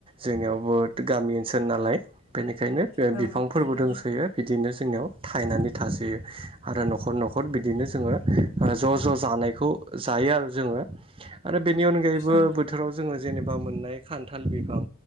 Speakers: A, on the right; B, on the left.
A: जोंनियाव बहु गामि ओनसोल नालाय बेनिखायनो
B: औ
A: बिफांफोरबो
B: नंगौ
A: दंसोयो बिदिनो जोंनियाव थायनानै थासोयो आरो न'खर न'खर न'खर बिदिनो जोंङो ज' ज' जानायखौ जायो आरो जोंङो। आरो बेनि अनगायैबो
B: ओं
A: बोथोराव जोंङो जेनेबा मोननाय खान्थाल बिफां